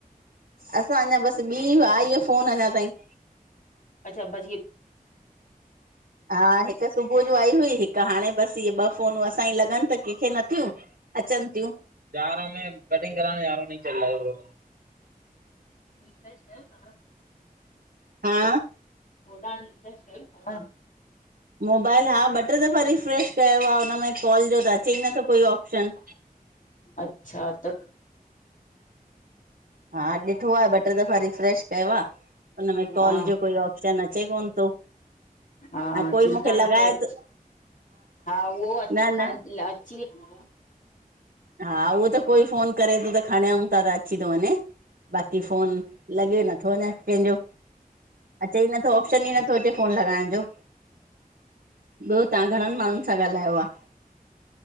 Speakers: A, on the right (about 75°); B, on the left (about 55°).
A: असां अञां बसि ॿी आई आहे फोन अञां ताईं
B: अच्छा <unintelligible>
A: हा हिकु सुबह जो आई हुई हिकु हाणे बसि इहे ॿ फोनूं, असांजूं लॻनि त कंहिंखे नथियूं अचनि थियूं, जा रहा हूं में कटिंग कराने जा रहा नहीं चल रहा वो
B: रिफ्रेश कयो तव?
A: हा
B: होॾां रिफ्रेश कयो तव?
A: मोबाइल, हा ॿ टे दफ़ा रीफ्रेश कयो आए उन में कॉल जो त अचे ई नथो कोई ऑप्शन
B: अच्छा त
A: हा ॾिठो आहे, ॿ टे दफ़ा रिफ्रेश कयो आहे हुनमें कॉल
B: हा
A: जो कोई ऑप्शन अचे कोन थो
B: हा
A: कोई
B: चिंता
A: मूंखे
B: न
A: लॻाए
B: कयो
A: थो
B: हा उहो अ
A: न
B: खण
A: न
B: अची वेंदो आ न
A: हा उहो त कोई फ़ोन करे तो त खणयऊं तर अची तो वञे बाक़ी फ़ोन लॻे न थो अञा कंहिंजो अचे ई नथो ऑप्शन ई नथो अचे फ़ोन लॻाइण जो ॿियो तां घणनि माण्हुनि सां ॻाल्हायो आ